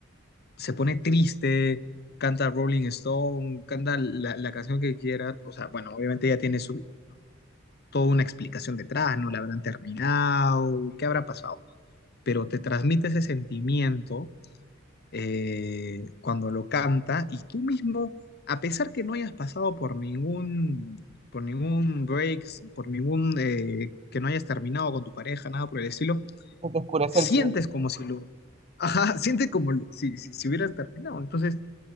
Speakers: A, on the left; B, on the right.
A: se pone triste, canta Rolling Stone, canta la, la canción que quiera, o sea, bueno, obviamente ella tiene su, toda una explicación detrás, no la habrán terminado, qué habrá pasado, pero te transmite ese sentimiento eh, cuando lo canta y tú mismo, a pesar que no hayas pasado por ningún, por ningún break, por ningún, eh, que no hayas terminado con tu pareja, nada por el estilo,
B: que te oscurece
A: sientes
B: el cielo.
A: como si lo, ajá, <laughs> sientes como lo- si, si, si hubieras terminado. Entonces,